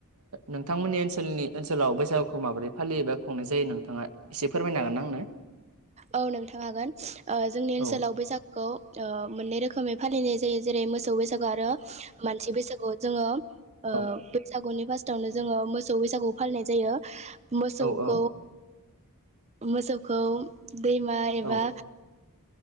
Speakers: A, on the right; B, on the right.
A: नोंथांमोननि ओनसोलनि ओनसोलाव बैसागुखौ माबोरै फालियोबा खुंनाय जायो नोंथाङा एसे फोरमायनो हागोन ना आंनो?
B: औ नोंथां हागोन जोंनि
A: औ
B: ओनसोलाव बैसागुखौ मोननै रोखोमै फालि जायो जेरै मोस सौ बैसागु आरो मानसि बैसागु जोङो ओ
A: औ
B: बैसागुनि फास थावनो जोङो मोसौ बैसागु फालिनाय जायो मोसौखौ
A: औ
B: मोसौखौ दैमा
A: औ
B: एबा